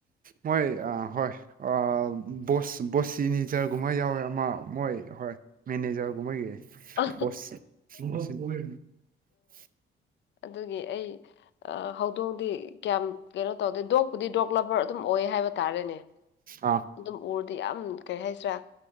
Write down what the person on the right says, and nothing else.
ꯃꯣꯏ ꯑꯥ ꯍꯣꯏ ꯑꯥ ꯕꯣꯁ ꯕꯣꯁꯤꯅꯤꯖꯔꯒꯨꯝꯕ ꯌꯥꯎꯋꯦ ꯑꯃ ꯃꯣꯏ ꯍꯣꯏ ꯃꯦꯅꯦꯖꯔꯒꯨꯝꯕꯒꯤ
ꯕꯣꯁ <unintelligible> <inaudible>
ꯑꯥ